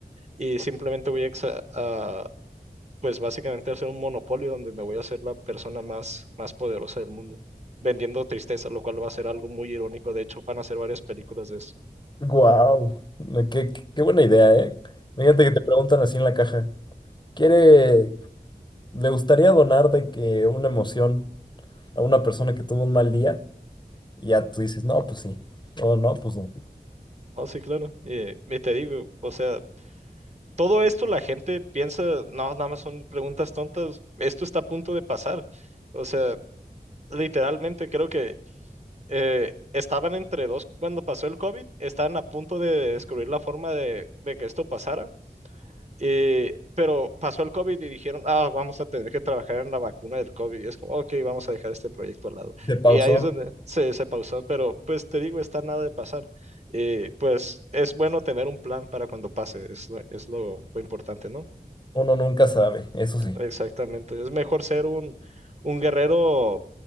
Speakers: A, on the right; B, on the left.
A: y simplemente voy a, exa- a pues básicamente hacer un monopolio donde me voy a hacer la persona más, más poderosa del mundo, vendiendo tristeza, lo cual va a ser algo muy irónico. De hecho, van a hacer varias películas de esto.
B: wow qué, qué- qué buena idea, ¿eh? Fíjate
A: Ujú.
B: que te preguntan así en la caja. ¿Quiere, le gustaría donar de que una emoción a una persona que tuvo un mal día? Y ya tú dices, no, pues sí. O no, pues no.
A: No, sí, claro. Y, y te digo, o sea, todo esto la gente piensa, no, nada más son preguntas tontas, esto está a punto de pasar. O sea, literalmente creo que eh, estaban entre dos cuando pasó el COVID, estaban a punto de descubrir la forma de, de que esto pasara Eh, pero pasó el COVID y dijeron, ah, vamos a tener que trabajar en la vacuna del COVID. Y es como, ok, vamos a dejar este proyecto al lado.
B: Se pausó.
A: Y ahí es donde se, se pausó, pero pues te digo, está nada de pasar. Eh, pues es bueno tener un plan para cuando pase, es, lo- es lo, lo importante, ¿no?
B: Uno nunca sabe, eso sí.
A: Exactamente. Es mejor ser un, un guerrero,